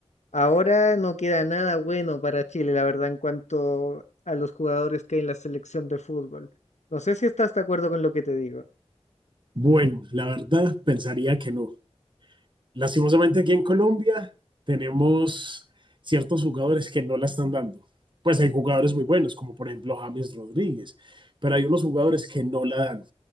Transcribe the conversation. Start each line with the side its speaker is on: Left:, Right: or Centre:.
Left: Ahora no queda nada bueno para Chile, la verdad, en cuanto a los jugadores que hay en la selección de fútbol. No sé si estás de acuerdo con lo que te digo.
Right: Bueno, la verdad pensaría que no. Lastimosamente aquí en Colombia tenemos ciertos jugadores que no la están dando. Pues hay jugadores muy buenos, como por ejemplo James Rodríguez, pero hay unos jugadores que no la dan.